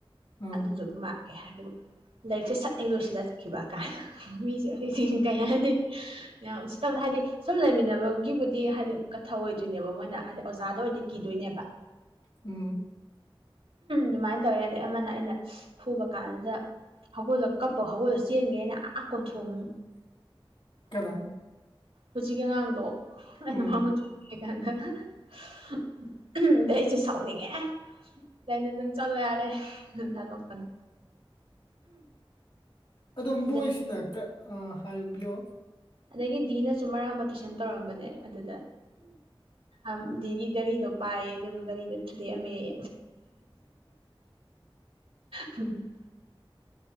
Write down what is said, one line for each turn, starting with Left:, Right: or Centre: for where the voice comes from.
Left: ꯎꯝ
Right: ꯑꯗꯨꯗꯨꯒ ꯃꯥ ꯀꯩ ꯍꯥꯏꯔꯛꯀꯦꯕꯨ ꯂꯥꯏꯛꯁꯦ ꯁꯠꯑꯦ ꯂꯣꯏꯁꯤꯜꯂ ꯆꯠꯈꯤꯕ <unintelligible> ꯀꯩ ꯍꯥꯢꯅꯤ ꯌꯥꯝ ꯎꯁꯤꯠꯇꯕꯗꯣ ꯍꯥꯏꯗꯤ ꯁꯨꯝ ꯂꯩꯃꯤꯟꯅꯕꯒꯤꯕꯨꯗꯤ ꯍꯥꯏꯗꯤ ꯀꯠ ꯊꯑꯣꯏꯗ꯭ꯔꯤꯅꯦꯕ ꯃꯣꯏꯅ ꯍꯥꯗꯤ ꯑꯣꯖꯥꯗ ꯑꯣꯏꯔꯗꯤ ꯀꯤꯗꯣꯏꯅꯦꯕ
Left: ꯎꯝ
Right: ꯗꯨꯃꯥꯏꯟ ꯇꯧꯋꯦ ꯑꯗꯩ ꯑꯃꯥꯅ ꯑꯩꯅ ꯐꯨꯕ ꯀꯥꯟꯖꯤꯗ ꯍꯧꯒꯠꯂ ꯀꯞꯄ ꯍꯧꯒꯠꯂ ꯆꯦꯟꯒ꯭ꯔꯦ ꯑꯩꯅ ꯑꯥ ꯀꯣꯟꯊꯣꯡ
Left: ꯀꯅꯥ
Right: ꯍꯧꯖꯤꯛꯀꯤ ꯑꯉꯥꯡꯗꯣ ꯑꯩꯅ
Left: ꯎꯝ
Right: ꯃꯥꯕꯨꯗꯤ <unintelligible> ꯗꯩ ꯑꯩꯖꯦ ꯁꯥꯎꯅꯤꯡꯉꯦ ꯗꯩ ꯅꯪ ꯆꯠꯂꯣ ꯌꯥꯔꯦ ꯗꯨꯝ ꯊꯥꯗꯣꯛꯄꯅꯦ
Left: ꯑꯗꯣ
Right: ꯑꯗꯩ
Left: ꯃꯣꯏꯁꯤꯅ ꯀꯥ ꯎꯝ ꯍꯥꯏꯕꯤꯌꯣ
Right: ꯑꯗꯒꯤ ꯗꯤꯅꯁꯨ ꯃꯔꯥꯛ ꯑꯃꯥ ꯇꯨꯏꯁꯟ ꯇꯧꯔꯝꯕꯅꯦ ꯑꯗꯨꯗ ꯑꯝ ꯗꯤꯒꯤ ꯒꯥꯔꯤꯗꯣ ꯄꯥꯏꯌꯦ ꯑꯗꯨꯒ ꯒꯥꯔꯤꯗꯣ ꯊꯨꯗꯦꯛ ꯑꯝꯃꯦꯌꯦ <unintelligible>